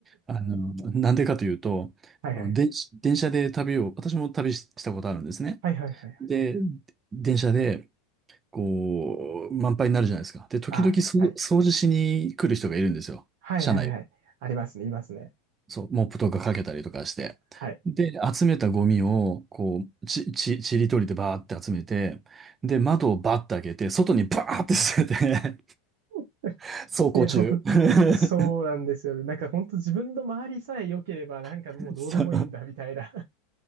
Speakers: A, on the right; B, on the right.
A: あの、なんでかというと、
B: はいはい。
A: あの電、電車で旅を、私も旅したことあるんですね。
B: はいはいはいはい。
A: で、電車で、こう、満杯になるじゃないですか。で、時々そ掃除しに来る人がいるんですよ。
B: あ、はい。はいはいはい。
A: 車内を
B: ありますね、いますね。
A: そう、モップとかかけたりとかして。
B: はい。
A: で、集めたゴミを、こう、ち、ち、ちりとりでバーって集めて、で、窓をバッて開けて、外にバーって捨てて、
B: <laughs>
A: <laughs> 走行中。
B: いや、もうそうなんですよね。なんか本当自分の周りさえ良ければ、なんかもうどうでもいいんだみたいな。
A: <laughs> そう。